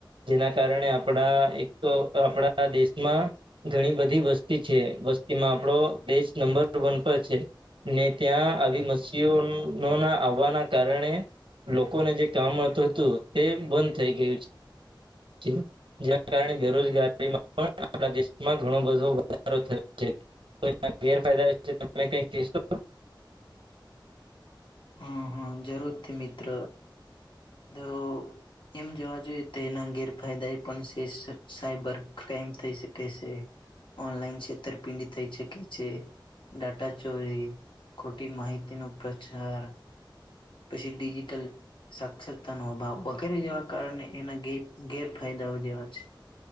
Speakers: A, on the right; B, on the left.
A: જેના કારણે આપળા એક તો આપળા દેશમાં- ઘણી બધી વસ્તી છે વસ્તીમાં આપણો દેશ નંબર વન પર છે. ને ત્યાં આવી મછઓ ના આવવાના કારણે- લોકોને જે કામ મળતું હતું તે બંધ થઈ ગયું છે. કેમ? જેના કારણે બેરોજગારીમાં પણ આપણા દેશમાં ઘણો બધો વધારો થયો છે. તો એના ગેરફાયદા છે તમે કઈ કહીશો?
B: હા હા જરૂરથી મિત્ર! તો એમ જવા જોઈએ તેના ગેરફાયદા એ પણ છે સાઈબર ક્રાઈમ થઈ શકે છે. ઓનલાઈન છેતરપિંડી થઈ શકે છે. ડાટા ચોરી ખોટી માહિતી નો પ્રચાર- પછી ડિજિટલ- સાક્ષરતાનો અભાવ વગેરે જેવા કારણે એના ગેરફાયદાઓ જેવા છે.